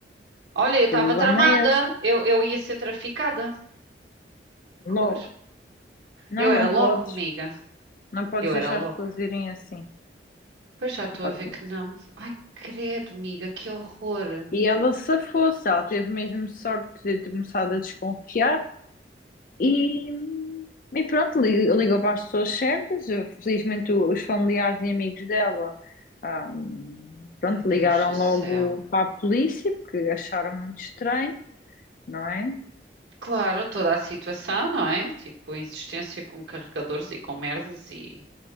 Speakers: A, on the right; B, on the left.
A: Olha,
B: O
A: eu estava
B: problema
A: tramada,
B: é esse,
A: eu, eu ia ser traficada.
B: logo.
A: Horror.
B: Não,
A: Eu
B: não
A: era logo,
B: podes.
A: amiga.
B: Não podes
A: Eu
B: deixar
A: era logo.
B: as pessoas irem assim.
A: Pois já estou
B: Pá,
A: a ver
B: tu.
A: que não. Ai, credo, amiga, que horror.
B: E ela se fosse, ela teve mesmo sorte de ter começado a desconfiar e, e pronto, li- ligou para as pessoas certas. Eu, Felizmente o- os familiares e amigos dela, ah, pronto,
A: Meu Deus
B: ligaram
A: do céu.
B: logo para a polícia porque acharam muito estranho, não é?
A: Claro, toda a situação, não é? Tipo, insistência com carregadores e com merdas e.